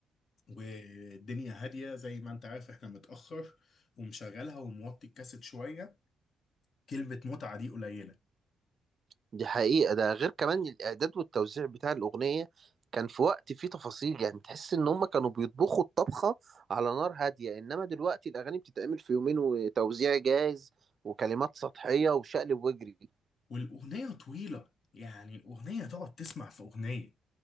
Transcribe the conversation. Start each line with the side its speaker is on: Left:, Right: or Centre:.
Left: والدنيا هادية زي ما انت عارف احنا متأخر ومشغلها وموطي الكاسيت شوية كلمة متعة دي قليلة
Right: دي حقيقة ده غير كمان الإعداد والتوزيع بتاع الأغنية كان في وقت فيه تفاصيل يعني تحس إن هما كانوا بيطبخوا الطبخة على نار هادية إنما دلوقتي الأغاني بتتعمل في يومين وتوزيع جاهز وكلمات سطحية وشقلب واجري
Left: والاغنية طويلة يعني الاغنية تقعد تسمع في اغنية